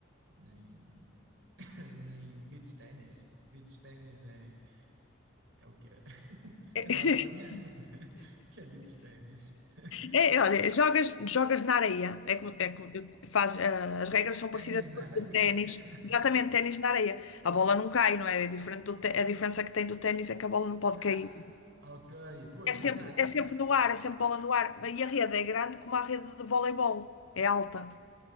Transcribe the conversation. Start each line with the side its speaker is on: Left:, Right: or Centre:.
Right: nem, <laughs> nem beach ténis. Beach ténis é, é o quê? <laughs>
Left: <laughs>
Right: Agora apanhaste-me. <laughs> Que é beach ténis? <laughs>
Left: É, olha, jogas, jogas na areia. É como, é como faz, ah, as regras são parecidas
Right: Ténis na
Left: com
Right: areia?
Left: o ténis.
Right: <laughs>
Left: Exatamente, ténis na areia. A bola não cai, não é? É diferente do té- a diferença que tem do ténis é que a bola não pode
Right: Ah,
Left: cair.
Right: ok, pois,
Left: É sempre,
Right: exato.
Left: é sempre
Right: porque-
Left: no
Right: por-
Left: ar, é sempre bola no ar. E a rede é grande como a rede de voleibol. É alta.